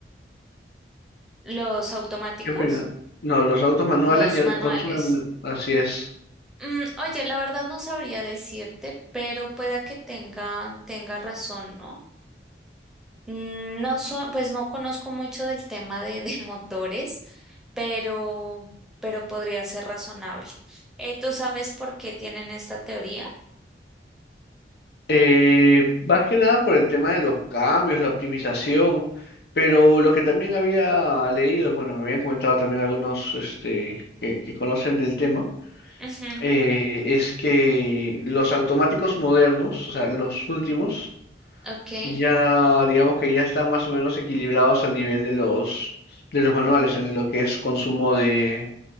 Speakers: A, in the centre; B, on the left.
A: Los automáticos,
B: ¿Qué opinas? No, los autos manuales
A: los
B: ya
A: manuales.
B: consumen, así es.
A: Mm, oye, la verdad no sabría decirte, pero pueda que tenga, tenga razón, ¿no? Mm, No so- pues no conozco mucho del tema de, de <laughs> motores, pero, pero podría ser razonable. Eh, ¿tú sabes por qué tienen esta teoría?
B: Eh, más que nada por el tema de los cambios, la optimización, pero lo que también había leído, bueno, me habían comentado también algunos este, que, que conocen del tema,
A: Ujú,
B: eh, es que los automáticos modernos, o sea, los últimos,
A: Ok,
B: ya digamos que ya están más o menos equilibrados al nivel de los, de los manuales en lo que es consumo de,